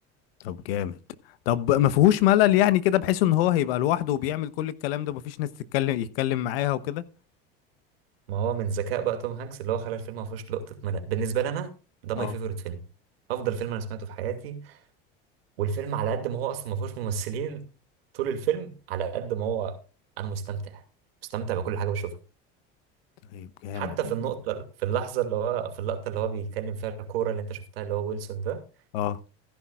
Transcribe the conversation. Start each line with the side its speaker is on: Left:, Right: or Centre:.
Left: طب جامد طب ما فيهوش ملل يعني كده بحيث ان هو هيبقى لوحده وبيعمل كل الكلام ده مفيش ناس تتكلم يتكلم معاها وكده
Right: ما هو من ذكاء بقى توم هانكس اللي هو خلى الفيلم ما فيهوش لقطه ملل بالنسبه لي انا ده ماي
Left: اه
Right: فيفورت فيلم افضل فيلم انا سمعته في حياتي والفيلم على قد ما هو اصلا ما فيهوش ممثلين طول الفيلم على قد ما هو انا مستمتع مستمتع بكل حاجه بشوفها
Left: طيب جامد
Right: حتى
Left: والله
Right: في النقطه في اللحظه اللي هو في اللقطه اللي هو بيتكلم فيها الكوره اللي انت شفتها اللي هو ويلسون ده
Left: اه